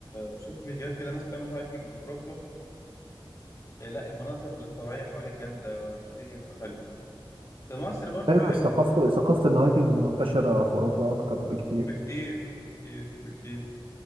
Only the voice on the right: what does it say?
فعلا
ثقافه ثقافه الهايكنج منتشره في اوروبا اكتر بكتير